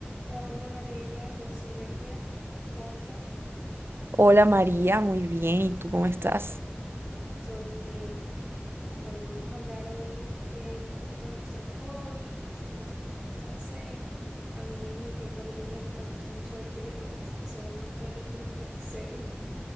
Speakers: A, in the centre; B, on the right.
A: Hola Valeria, yo soy María. ¿Cómo estás?
B: Hola María, muy bien. ¿Y tú cómo estás?
A: ¿Todo bien? Bueno, vamos a hablar hoy eh, un poquito de nuestros hobbies y cosas que nos gustan hacer. A mí en mi tiempo libre me gusta mucho ver películas. Soy amante de las películas y series.